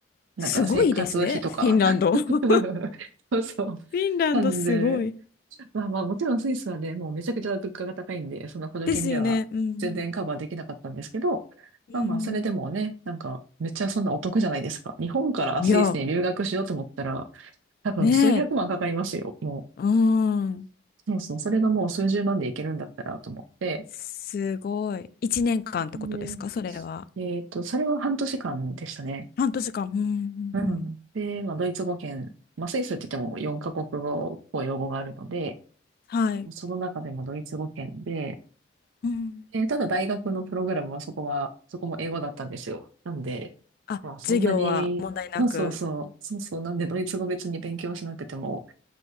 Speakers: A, on the right; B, on the left.
A: なんか生活費とか。
B: すごいですね。フィンランド。<laughs> フ
A: <laughs> そうそう。
B: ィンランドすごい。
A: なんで、まあまあもちろんスイスはね、もうめちゃくちゃ物価が高いんで、その補助金では全然カバーできなかったんですけど、
B: ですよね。うん。うん。
A: まあまあそれでもね、なんかめっちゃそんなお得じゃないですか。日本からスイスに留学しようと思ったら、
B: いや、
A: 多分数百万かかりますよ、
B: ねえ。
A: もう。
B: うん。
A: そうそう、それがもう数十万でいけるんだったらと思って、
B: すごい。一年間ってことですか、
A: ね
B: それは。
A: えっと、それは半年間でしたね。
B: 半年間。うん、
A: うん。
B: うん、うん。
A: で、まあ、ドイツ語圏、まあ、スイスって言っても4カ国語、公用語があるので、
B: はい。
A: その中でもドイツ語圏で、
B: うん。
A: えただ大学のプログラムはそこは、そこも英語だったんですよ。なんで、
B: あ、
A: まあ、そんなに、
B: 授業は問題なく。
A: そうそうそう、そうそう、なんでドイツ語別に勉強しなくても